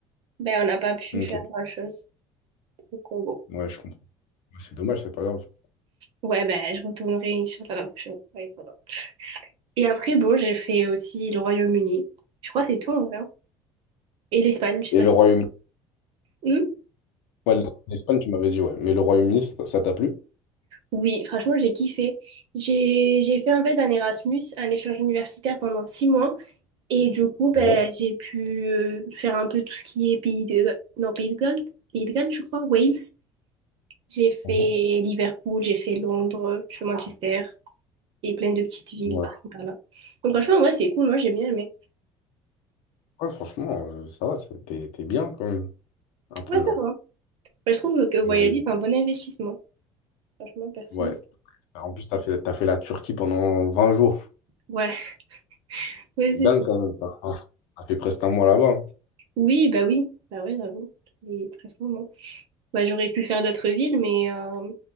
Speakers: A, on the right (about 50°); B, on the left (about 75°).
A: ben, on n'a pas pu
B: Ok.
A: faire grand-chose. Donc, euh, bon.
B: Ouais, je comprends. Ouais, C'est dommage, c'est pas grave.
A: Ouais, ben, je retournerai, Inch'Allah, la prochaine fois. et voilà. Et après, bon, j'ai fait aussi le Royaume-Uni. Je crois que c'est tout, en vrai. hein. Et l'Espagne, je sais
B: Et
A: pas
B: le
A: si...
B: Royaume-Uni?
A: Hmm
B: Ouais, l'Espagne, tu m'avais dit, ouais. Mais le Royaume-Uni, ça t'a ça t'a plu?
A: Oui, franchement, j'ai kiffé. J'ai, j'ai fait, en fait, un Erasmus, un échange universitaire pendant six mois. Et du coup, ben,
B: Ouais.
A: j'ai pu euh, faire un peu tout ce qui est pays de... Non, pays de Galles. Pays de Galles, je crois. Wales. J'ai fait
B: Mhm.
A: Liverpool, j'ai fait Londres, j'ai fait Manchester. Et plein de petites villes
B: Ouais.
A: par par là. Donc, franchement, ouais, c'est cool. Moi, j'ai bien aimé.
B: Ouais, franchement, euh, ça va. c'est- T'es, t'es bien, quand même. Un peu,
A: Ouais, ça
B: là.
A: va. Moi, je trouve que voyager,
B: Ouais.
A: c'est un bon investissement. Franchement, perso.
B: Ouais. En plus, t'as fait, t'as fait la Turquie pendant 20 jours.
A: Ouais, <laughs> ouais,
B: Dingue,
A: c'est ça.
B: quand même. T'as t'as fait presque un mois là-bas. hein.
A: Oui, bah oui. Bah oui, j'avoue. C'est très moment. Bah, j'aurais pu faire d'autres villes, mais, euh,